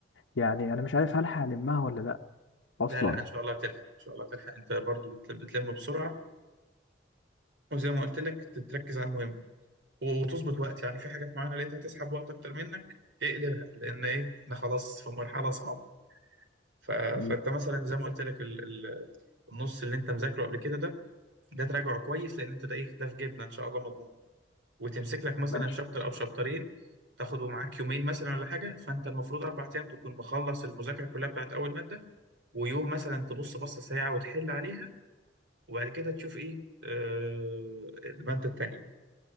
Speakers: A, on the left; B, on the right.
A: يعني انا مش عارف هل هلمها ولا لا اصلا
B: لا لا إن شاء الله هتلحق إن شاء الله هتلحق أنت برضو بت- بتلم بسرعة وزي ما قلت لك تركز على المهم وتظبط وقت يعني في حاجات معينة لقيتها تسحب وقت أكتر منك اقلبها لأن إيه إحنا خلاص في مرحلة صعبة ف... فانت
A: مم.
B: مثلا زي ما قلت لك ال... ال... النص اللي انت مذاكره قبل كده ده ده تراجعه كويس لان انت ده ايه ده في جيبنا ان شاء الله مضمون وتمسك لك مثلا
A: ماشي
B: شابتر او شابترين تاخده معاك يومين مثلا ولا حاجه فانت المفروض اربع ايام تكون مخلص المذاكره كلها بتاعت اول ماده ويوم مثلا تبص بصه سريعه وتحل عليها وبعد كده تشوف ايه آه... الماده التانيه